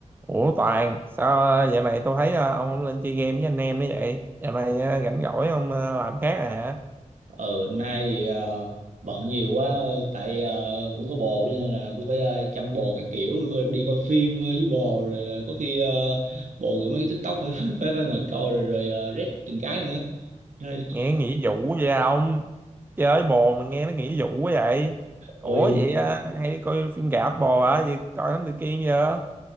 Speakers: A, on the right (about 15°); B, on the right (about 70°).
A: Ủa Toàn, sao ờ, này tôi thấy ờ, ông không lên chơi game với anh em nữa vậy? Dạo này ờ, rảnh rỗi ông ờ, làm khác à hả?
B: ừ nay ờ, bận nhiều quá tại ờ, cũng có bồ cho nên là cũng phải ờ, chăm bồ các kiểu đi coi phim ờ, với bồ rồi ờ, có khi ờ, bồ gửi mấy cái TikTok phải <laughs> phải phải, ngồi coi rồi rồi ờ, rep từng cái nữa nên-
A: Nghe nghỉ vụ vậy à ông? Chơi bồ mà nghe nó nghỉ vụ quá vậy? Ủa
B: ôi
A: vậy ờ, hay đi coi phim rạp bồ hả? Vậy coi Thám Tử Kiên chưa?